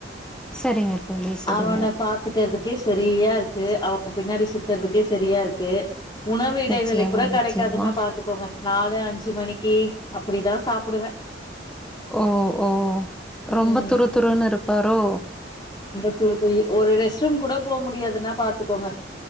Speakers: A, in the centre; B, on the left.
A: சரிங்க தோழி, சரிங்க.
B: அவன பாத்துக்றதுக்கே சரியா இருக்கு அவ பின்னாடி சுத்றதுக்கே ச செரியாருக்கு உணவு இடைவெளி
A: நிச்சயமா,
B: கூட கெடைக்காதுன்ன
A: நிச்சயமா.
B: பாத்துக்கோங்க நாலு அஞ்சு மணிக்கி அப்டிதா சாப்புடுவே
A: ஓ ஓ
B: ம்க்ம்.
A: ரொம்ப துரு துருன்னு இருப்பாரோ
B: துருத் தோழி ஒரு ரெஸ்ட் ரூம் கூட போ முடியாது துன்னா பாத்துக்கோங்க